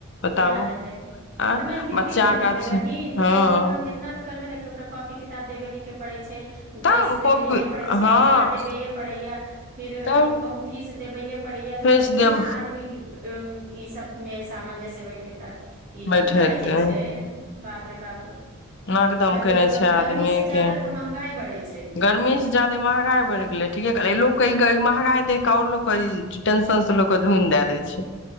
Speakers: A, on the left (about 55°); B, on the right (about 35°).
A: बताबू
B: केना हेतै
A: आँ
B: आ नहियो
A: बच्चा
B: ट्यूशन देबै
A: के
B: बहिीन तऽ
A: हँ
B: कम से कम इतना तऽ करबै ने के ओकरा कॉपी किताब देबे हे के पड़े छै
A: तब
B: ड्रेस
A: कॉपी
B: देबेहे के पड़े
A: हँ
B: छै भाड़ा देबेे पड़े या फिर
A: तब
B: कहू फीस देबेये पड़े या तऽ
A: फीस
B: केना
A: देब
B: आदमी उ ई सब मे सामान जसे बैठेत ई
A: बैठेते
B: महगाई जे छै बाप रे बाप
A: नाकदम
B: कहियो
A: केने
B: तऽ
A: छै आदमी
B: गर्मी से ज्यादा
A: के
B: तऽ महंगाई बढ़ै छै
A: गर्मी से जादे महगाई बढ़ि गेलै ठीके कह भहगााय देख कओर लोको टेंन से लोक धुनि द दे छै